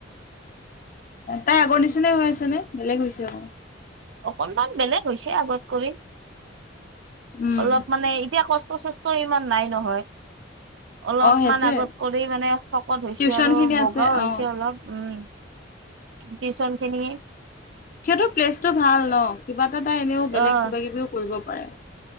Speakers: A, on the left (about 45°); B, on the right (about 75°).
A: তাই আগৰ নিচিনাই হৈ আছে নে বেলেগ হৈছে অকণমান।
B: অকনমান বেলেগ হৈছে আগত কৰি।
A: উম,
B: অলপ মানে এতিয়া কষ্ট-চষ্ট ইমান নাই নহয়। অলপমান
A: অ' সেইটোয়ে
B: আগত কৰি মানে শকত হৈছে
A: টিউচন
B: আৰু
A: খিনি
B: বগাও
A: আছে
B: হৈছে
A: অ'
B: অলপ উম'। টিউচন খিনি
A: সিহঁতৰ প্লেচটো ভাল ন কিবা এটা এটা এনেও বেলেগ
B: অ
A: কিবা কিবিও কৰিব পাৰে।